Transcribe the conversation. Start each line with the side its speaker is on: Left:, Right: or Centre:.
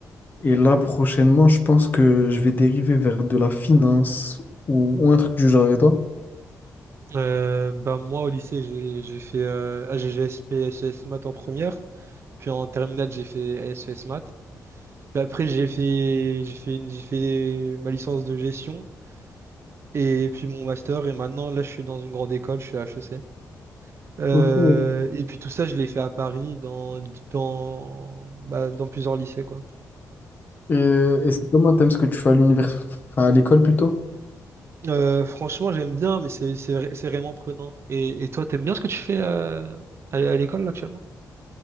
Left: Et là, prochainement, je pense que je vais dériver vers de la finance ou, ou un truc du genre. Et toi?
Right: Euh, bah moi au lycée j'ai j'ai fait euh, AGGSP SES maths en première puis en terminale j'ai fait SES maths puis après j'ai fait j'ai fait une- j'ai fait ma licence de gestion Et puis mon master, et maintenant, là, je suis dans une grande école, je suis à HEC. Euh,
Left: Ok.
Right: et puis tout ça, je l'ai fait à Paris, dans, dans, bah, dans plusieurs lycées, quoi.
Left: Et, et c'est comment t'aimes ce que tu fais à l'univers, enfin, à l'école plutôt?
Right: Euh, franchement, j'aime bien, mais c'est, c'est, vra- c'est vraiment prenant. Et, et toi, t'aimes bien ce que tu fais euh, à, à l'école, là, actuellement?